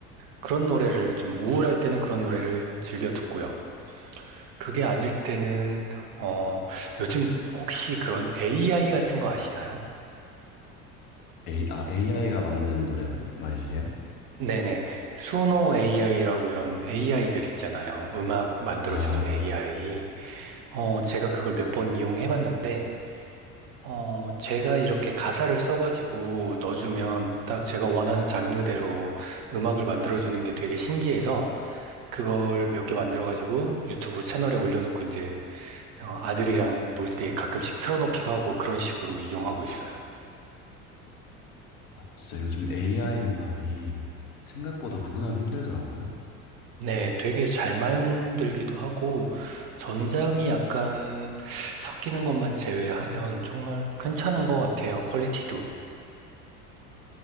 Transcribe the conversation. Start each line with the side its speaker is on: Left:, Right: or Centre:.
Right: 그런 노래를 좀 우울할 때는 그런 노래를 즐겨 듣고요. 그게 아닐 때는, 어, 요즘 혹시 그런 AI 같은 거 아시나요?
Left: A, 아, AI가 만드는 노래 말이, 말이세요?
Right: 네네. 수노 AI라고 이런 AI들 있잖아요. 음악 만들어주는
Left: 아,
Right: AI. 어, 제가 그걸 몇 번 이용해 봤는데, 어, 제가 이렇게 가사를 써가지고 넣어주면 딱 제가 원하는 장르대로 음악을 만들어주는 게 되게 신기해서 그걸 몇 개 만들어가지고 유튜브 채널에 올려놓고 이제 어, 아들이랑 놀 때 가끔씩 틀어놓기도 하고 그런 식으로 이용하고 있어요.
Left: 아, 진짜 요즘 AI 음악이 생각보다 구분하기 힘들더라고요.
Right: 네, 되게 잘 만들기도 하고 전자음이 약간 섞이는 것만 제외하면 정말 괜찮은 것 같아요. 퀄리티도.